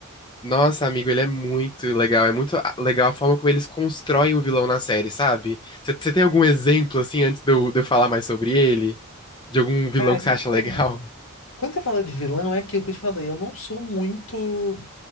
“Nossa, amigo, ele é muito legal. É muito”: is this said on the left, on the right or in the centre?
Left